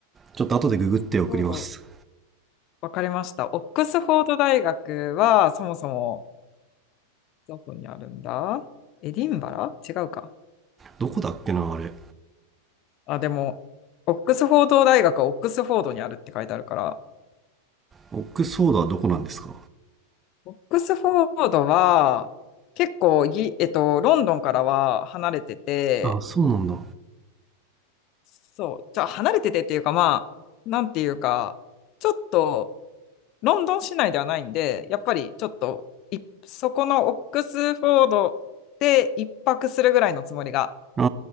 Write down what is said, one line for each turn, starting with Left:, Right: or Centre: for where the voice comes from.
Right: ちょっと後でググって送ります。
Left: オックスフォード、わかりました。オックスフォード大学はそもそもどこにあるんだエディンバラ違うか。
Right: どこだっけな、あれ。
Left: あ、でも、オックスフォード大学はオックスフォードにあるって書いてあるから、
Right: オックスフォードはどこなんですか
Left: オックスフォードは結構ぎ、えっと、ロンドンからは離れてて、
Right: あ、そうなんだ。
Left: そう、じゃあ離れててっていうか、まあ、なんていうか、ちょっとロンドン市内ではないんで、やっぱりちょっとい、そこのオックスフォードで一泊するぐらいのつもりが
Right: あ